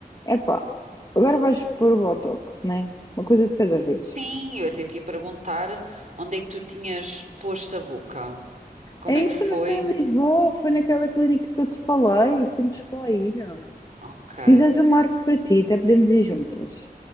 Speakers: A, on the left (about 25°); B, on the right (about 50°).
A: É pá, agora vais pôr o Botox, né? Uma coisa de cada vez.
B: Sim, eu até te ia perguntar onde é que tu tinhas posto a boca. Como
A: É
B: é
A: isso
B: que foi?
A: também foi em Lisboa, foi naquela clínica que eu te falei, temos que lá ir. ó.
B: Ok.
A: Se quiseres eu marco para ti, até podemos ir juntas.